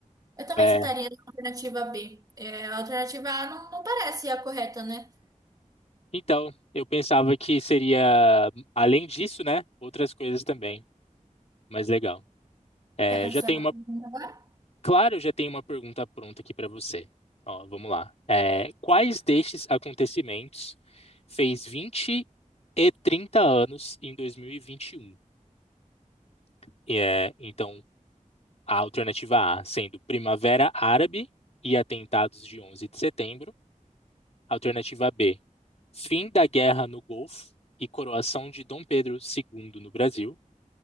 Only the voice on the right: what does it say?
Eu também
chutaria a alternativa B. É, a alternativa A não, não parece a correta, né?
Quer fazer
sua
pergunta
agora?